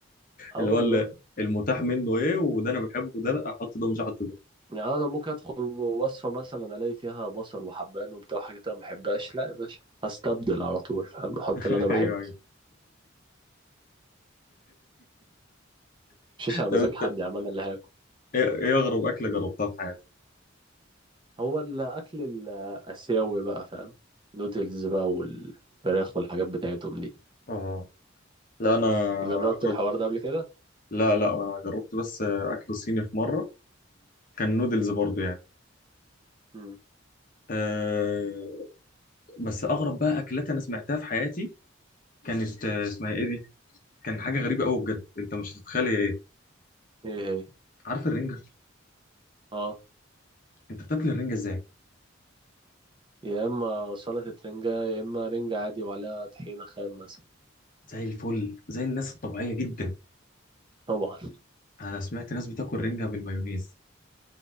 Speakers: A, on the right (about 25°); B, on the left (about 45°).
A: اه
B: اللي
A: والله
B: هو ال- المتاح منه ايه وده انا بحبه ده لا احط ده مش هحط ده
A: يعني انا ممكن ادخل وصفة مثلا الاقي فيها بصل وحبان وبتاع وحاجات انا ما بحبهاش لا يا باشا هستبدل على طول فاهم احط
B: <laughs>
A: اللي انا بحبه
B: ايوه ايوه
A: مش على
B: طب
A: مزاج
B: انت
A: حد يا عم انا اللي هاكل
B: ايه ايه اغرب اكلة جربتها في حياتك
A: هو الاكل الاسيوي بقى فاهم نودلز بقى والفراخ والحاجات بتاعتهم دي
B: اه لا انا
A: جربت
B: اغرب
A: الحوار ده قبل كده؟
B: لا لا انا جربت بس اكل صيني في مرة كان نودلز برضو يعني
A: مم.
B: أه بس اغرب بقى اكلات انا سمعتها في حياتي كانت آه، اسمها ايه دي كان حاجه غريبه قوي بجد انت مش هتتخيل هي ايه
A: ايه هي؟
B: عارف الرنجه
A: اه
B: انت بتاكل الرنجه ازاي
A: يا اما سلطة رنجة يا اما رنجة عادي وعليها طحينة خام مثلا
B: زي الفل زي الناس الطبيعيه جدا
A: طبعا
B: انا سمعت ناس بتاكل رنجه بالمايونيز